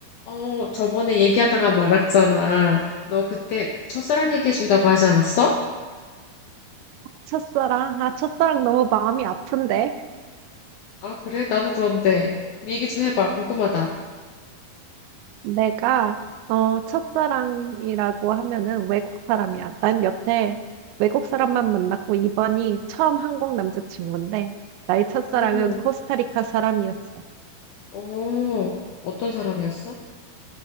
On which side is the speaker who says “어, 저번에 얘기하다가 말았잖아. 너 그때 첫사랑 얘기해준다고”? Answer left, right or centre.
Left